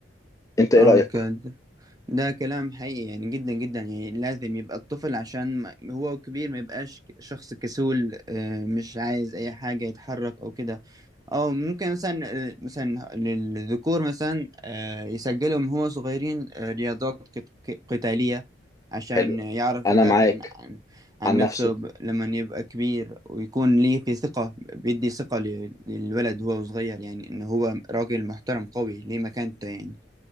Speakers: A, on the left (about 15°); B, on the right (about 20°).
A: انت ايه
B: اه
A: رأيك
B: كده ده كلام حقيقي يعني جدا جدا يعني لازم يبقى الطفل عشان ما- هو كبير ما يبقاش شخص كسول آه، مش عايز اي حاجة يتحرك او كده او ممكن مثلا آه، مثلا للذكور مثلا آه، يسجلوا من هو صغيرين آه، رياضات قت- ق- قتالية عشان
A: حلو
B: يعرف
A: انا
B: يدافع
A: معاك
B: عن عن عن
A: عن
B: نفسه
A: نفسه
B: ب- لما يبقى كبير ويكون ليه في ثقة بيدي ثقة لل- للولد وهو صغير يعني ان هو راجل محترم قوي ليه مكانته يعني